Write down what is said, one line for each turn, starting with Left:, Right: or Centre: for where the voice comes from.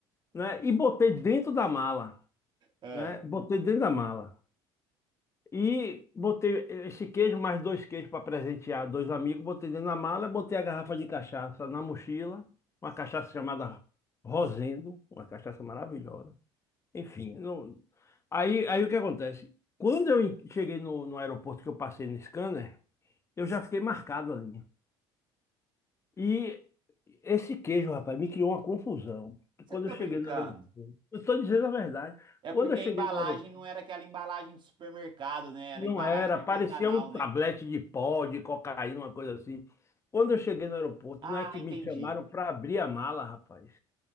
Left: né? E botei dentro da mala,
Right: ah.
Left: né? Botei dentro da mala. E botei esse queijo, mais dois queijos para presentear dois amigos. Botei dentro da mala, botei a garrafa de cachaça na mochila. Uma cachaça chamada Rosendo, uma cachaça maravilhosa. Enfim, não- aí, aí o que acontece? Quando eu en- cheguei no, no aeroporto que eu passei no scanner, eu já fiquei marcado ali. E esse queijo, rapaz, me criou uma confusão.
Right: Você
Left: Quando
Right: tá
Left: eu cheguei
Right: brincando?
Left: no aeroporto, eu estou dizendo a verdade.
Right: É
Left: Quando
Right: porque
Left: eu cheguei
Right: a embalagem
Left: no aeroporto,
Right: não era aquela embalagem de supermercado, né? Era
Left: Não
Right: embalagem
Left: era,
Right: artesanal,
Left: parecia um tablete
Right: né?
Left: de pó, de cocaína, uma coisa assim. Quando eu cheguei no aeroporto,
Right: Ah,
Left: não é que
Right: entendi.
Left: me chamaram para abrir a mala, rapaz.